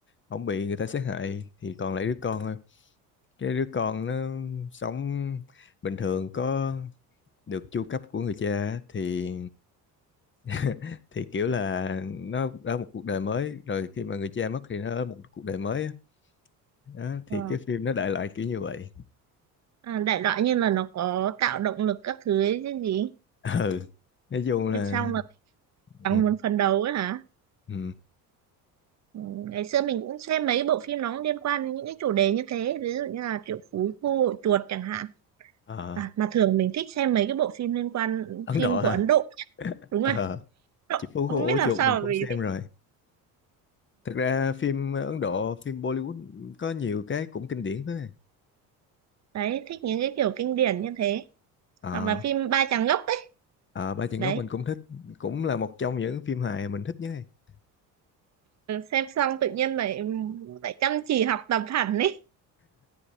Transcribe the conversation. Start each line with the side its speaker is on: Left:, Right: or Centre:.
Left: ổng bị người ta sát hại thì còn lại đứa con cái đứa con nó sống bình thường có được chu cấp của người cha á, thì <laughs> thì kiểu là nó ở một cuộc đời mới rồi khi mà người cha mất thì nó ở một cuộc đời mới á. đó, thì
Right: Ờ.
Left: cái phim nó đại loại kiểu như vậy
Right: À, đại loại như là nó có tạo động lực các thứ ấy chứ gì
Left: <laughs> ừ nói chung là
Right: em xong là
Left: ừ,
Right: càng muốn phấn đấu ấy hả
Left: ừ.
Right: ừ, ngày xưa mình cũng xem mấy bộ phim nó cũng liên quan đến những cái chủ đề như thế ví dụ như là Triệu Phú Khu Hội Chuột chẳng hạn
Left: Ờ,
Right: à, mà thường mình thích xem mấy cái bộ phim liên quan
Left: Ấn
Right: phim
Left: Độ
Right: của
Left: ha
Right: Ấn Độ
Left: <laughs>
Right: đúng
Left: Ờ,
Right: rồi Ấn Độ.
Left: Chị Phú
Right: không
Left: Cô
Right: biết
Left: Ổ Chuột
Right: làm sao
Left: mình
Right: mà
Left: cũng
Right: mình
Left: xem
Right: thích
Left: rồi thật ra phim Ấn Độ phim Bollywood có nhiều cái cũng kinh điển thế này
Right: đấy thích những cái kiểu kinh điển như thế
Left: Ờ
Right: hoặc là phim Ba Chàng Ngốc ấy
Left: Ờ, Ba Chân
Right: đấy
Left: Ngốc mình cũng thích cũng là một trong những phim hài mình thích nhất <laughs>
Right: Ừ, xem xong tự nhiên lại lại chăm chỉ học tập hẳn ấy